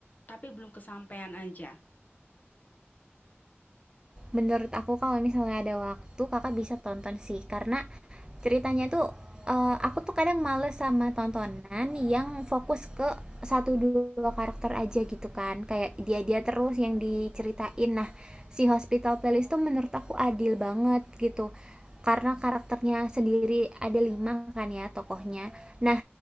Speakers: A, on the left; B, on the right.
A: tapi belum kesampaian aja."
B: menurut aku kalau misalnya ada waktu kakak bisa tonton sih karena ceritanya tuh eh, aku tuh kadang males sama tontonan yang fokus ke satu dua karakter aja gitu kan kayak dia dia terus yang diceritain nah si Hospital Playlist tuh menurut aku adil banget gitu karena karakternya sendiri ada lima kan ya tokohnya nah